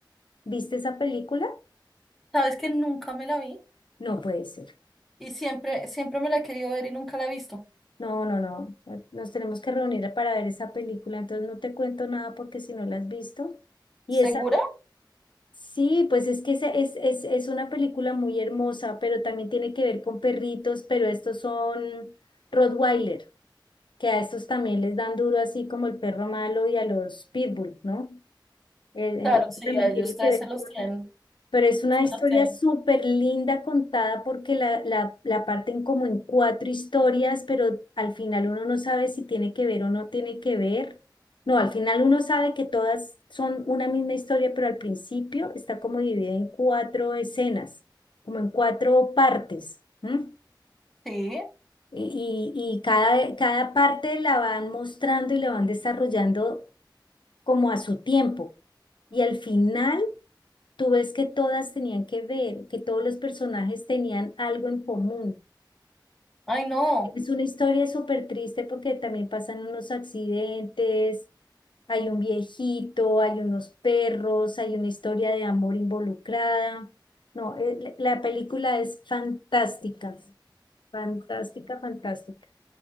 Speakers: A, on the left (about 80°); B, in the centre.
A: ¿Viste esa película?
B: Sabes que nunca me la vi
A: No puede ser.
B: y siempre, siempre me la he querido ver y nunca la he visto.
A: No, no, no. Nos tenemos que reunir para ver esa película. Entonces no te cuento nada porque si no la has visto. Y
B: ¿Segura?
A: esa, sí, pues es que esa es, es, es una película muy hermosa, pero también tiene que ver con perritos, pero estos son Rottweiler, que a estos también les dan duro así como el perro malo y a los Pitbull, ¿no? Eh,
B: Claro,
A: eh, Eso
B: sí,
A: también
B: a ellos
A: tiene
B: tres
A: que ver
B: se los
A: con,
B: tienen,
A: pero es una
B: se
A: historia
B: los tienen.
A: súper linda contada porque la, la, la parten como en cuatro historias, pero al final uno no sabe si tiene que ver o no tiene que ver. No, al final uno sabe que todas son una misma historia, pero al principio está como dividida en cuatro escenas, como en cuatro partes. ¿m?
B: Sí.
A: Y, y y cada, cada parte la van mostrando y la van desarrollando como a su tiempo. Y al final... Tú ves que todas tenían que ver, que todos los personajes tenían algo en común.
B: Ay, no.
A: Es una historia súper triste porque también pasan unos accidentes, hay un viejito, hay unos perros, hay una historia de amor involucrada. No, eh, la la película es fantástica, fantástica, fantástica.